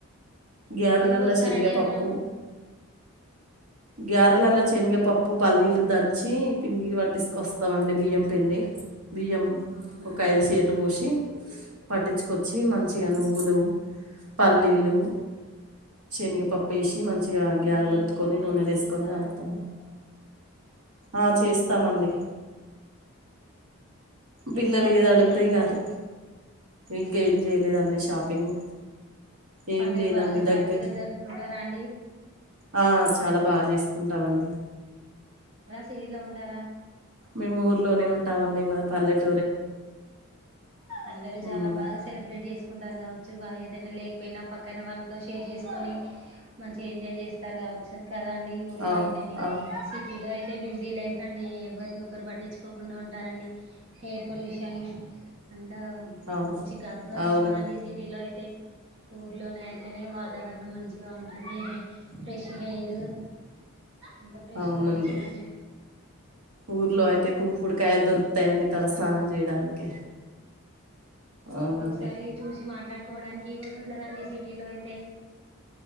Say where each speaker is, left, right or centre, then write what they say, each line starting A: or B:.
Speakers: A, on the right (about 85°); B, on the right (about 55°).
A: గ్యరలల్ల
B: ఏం పోస్తారండి
A: శనగా
B: అందులో
A: పప్పు గ్యారలల్లా చెనగపప్పు పల్లీలు దంత వచ్చి పిండి పట్టిసుకొస్తామండి బియ్యం పిండి బియ్యం
B: అవునా
A: ఒక
B: అండి
A: ఐదు సేర్లు పోసి పట్టించుకొచ్చి మంచిగా నువ్వు నువ్వులు పల్లీలు చెనగ పప్పు వేసి మం చిగా గ్యారలుొత్తుకొని
B: ఇంకా ఏమైనా వెరైటీస్
A: నూనె లేసుకొని
B: చేస్తారా
A: కలుపుతాం
B: అండి మీరు
A: ఆ చేస్తామండి పిల్లలు
B: ఏం షాపింగ్
A: ఏదిో అడుగుతేాయి
B: ఇట్లా చేసారండి
A: కాదు ఇం ఇంక ఏం చేయలేదండి షాపింగ్ ఏం
B: పండగ
A: లేదండి
B: బాగ హ్యాపీగా
A: దగ్గర
B: జరుపుకుంటారా అండి
A: ఆ చాలా బాగా చేసుకుంటామండి
B: తీలో ఉంటార
A: మేము ఊర్లోనే ఉంటామండి మాది పల్లెటూ
B: అందరూ చాల
A: ఉమ్
B: బాగా సెలబ్రేట్ చేసుకుంటారు కాబటి చ్చు బాగా ఏదైన లేకపోయినా పక్కన వాళ్ళతో షేర్ చేసుకొని మంచిగా ఎంజాయ్ చేస్తారకావచ్చు కదండి ఊర్లో
A: అవు
B: అయితేనె
A: అవు
B: సిటీలో అయితే అంటే బిజీ లైఫ్ అండి ఎవ్వరి కొకరు పట్టించుకోకుండా ఉంటారండి ఎయిర్ పొల్యూషన్ అంతా
A: అవును
B: చికాగుగా
A: అవునండి
B: ఉంటుందండి సిటీలో అయితే ఊర్లోనే అయితేనే వాతావరణం మంచిగా ఉంటుంది హె ఫ్రెష్ హెయిర్ ఎంత ఫ్రెష్గా
A: అవునండి
B: ఉంటుందండి
A: ఊర్లో అయితే కుంకుడు కాయలు దొరుకుతాయండి తల స్నానం చేయడానికి అవునండి
B: ఒకొక్సారి చూసి మాట్లాడ్ కోడానికి కూడ ఉండదండి సిటీలో అయితే